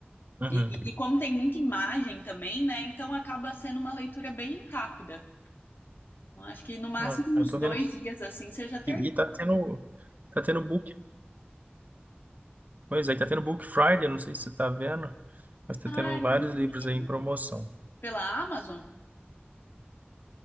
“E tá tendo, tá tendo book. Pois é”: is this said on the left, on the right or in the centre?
Right